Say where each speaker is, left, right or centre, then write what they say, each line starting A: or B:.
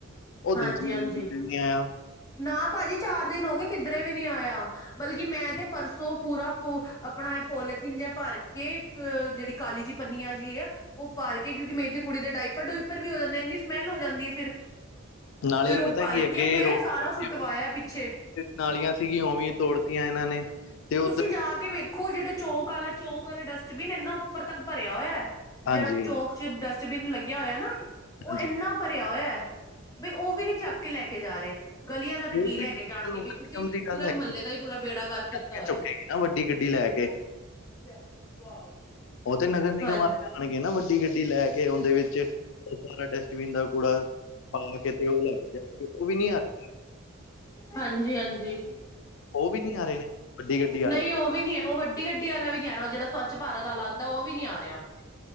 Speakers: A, on the left; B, on the left.
A: ਉਹ
B: ਹਾਂਜੀ
A: ਦੂਜੀ
B: ਹਾਂਜੀ
A: ਗਲੀ ਚ ਵੀ ਨੀ ਆਇਆ।
B: ਨਾ ਭਾਜੀ ਚਾਰ ਦਿਨ ਹੋ ਗਏ ਕਿੱਧਰੇ ਵੀ ਨਹੀਂ ਆਇਆ। ਬਲਕਿ ਮੈਂ ਤੇ ਪਰਸੋਂ ਪੂਰਾ ਪ ਆਪਣਾ ਪੋਲੀਥੀਨ ਜਿਹਾ ਭਰ ਕੇ ਜਿਹੜੀ ਕਾਲੀ ਜਿਹੀ ਪੰਨੀਆਂ ਜੀ ਐ। ਉਹ ਭਰ ਕੇ ਕਿਉਂਕਿ ਮੇਰੀ ਤੇ ਕੁੜੀ ਦੇ ਡਾਈਪਰ ਡੁਪਰ ਵੀ ਹੋ ਜਾਂਦੇ ਇੰਨੀ ਸਮੈਲ ਹੋ ਜਾਂਦੀ ਐ ਫਿਰ।
A: ਨਾਲੇ
B: ਫਿਰ ਉਹ
A: ਪਤਾ
B: ਭਰ
A: ਕੀ ਅੱਗੇ
B: ਕੇ ਮੈਂ
A: ਰੋਡ
B: ਸਾਰਾ ਸੁੱਟਵਾਇਆ ਪਿੱਛੇ
A: ਨਾਲੀਆਂ ਸੀ ਗਈਆਂ ਉਵੇ ਤੋੜ ਤੀਆਂ ਇਹਨਾਂ ਨੇ ਤੇ ਉੱਧਰ
B: ਤੁਸੀਂ ਜਾ
A: ਵੀ
B: ਕੇ ਵੇਖੋ ਜਿਹੜੇ ਚੌਕ ਵਾਲਾ ਚੌਂਕ ਵਾਲੇ ਡਸਟਬਿਨ ਇਨਾ ਉੱਪਰ ਤੱਕ ਭਰਿਆ ਹੋਇਆ।
A: ਹਾਂਜੀ
B: ਜਿਹੜਾ ਚੌਂਕ ਚ ਡਸਟਬਿਨ ਲੱਗਿਆ ਹੋਇਆ ਨਾ
A: ਹਾਂਜੀ
B: ਉਹ ਇੰਨਾ ਭਰਿਆ ਹੋਇਆ। ਬਈ ਉਹ ਵੀ ਨਹੀਂ ਚੱਕ ਕੇ ਲੈ ਕੇ ਜਾ ਰਹੇ। ਗਲੀਆਂ ਦਾ ਤਾਂ ਕੀ
A: ਉਹ ਤੇ
B: ਲੈ
A: ਨਗਰ
B: ਕੇ ਜਾਣਗੇ
A: ਨਿਗਮ
B: ਬਈ ਤੁਸੀਂ
A: ਦੀ
B: ਪੂਰੇ
A: ਗੱਲ ਹੈਗੀ
B: ਮਹੱਲੇ ਦਾ ਹੀ ਪੂਰਾ ਬੇੜਾਗਰ ਕੀਤਾ
A: ਕੇ
B: ਹੋਇਆ।
A: ਚੁੱਕੇਗੀ ਨਾ ਵੱਡੀ ਗੱਡੀ ਲੈ ਕੇ
B: <inaudible>
A: ਉਹ ਤੇ ਨਗਰ ਨਿਗਮ
B: ਹਾਂ
A: ਆ ਜਾਣਗੇ ਨਾ ਵੱਡੀ ਗੱਡੀ ਲੈ ਕੇ ਉਹਦੇ ਵਿੱਚ <inaudible> ਡਸ਼ਟਵੀਨ ਦਾ ਕੂੜਾ ਪਾ ਕੇ ਤੇ ਉਹ ਲੈ ਕੇ ਜਾਵੇ ਉਹ ਵੀ ਨੀ ਆ ਰਹੀ।
B: ਹਾਂਜੀ-ਹਾਂਜੀ,
A: ਉਹ ਵੀ ਨਹੀਂ ਆ ਰਹੇ ਨੇ ਵੱਡੀ ਗੱਡੀ
B: ਨਹੀਂ
A: ਆਲੇ।
B: ਉਹ ਵੀ ਨੀ ਐ ਉਹ ਵੱ ਗੱਡੀ ਵਾਲਾ ਵੀ ਨਹੀਂ ਆ ਉਹ ਜਿਹੜਾ ਸਵੱਛ ਭਾਰਤ ਵਾਲਾ ਆਂਦਾ ਉਹ ਵੀ ਨਹੀਂ ਆ ਰਿਹਾ।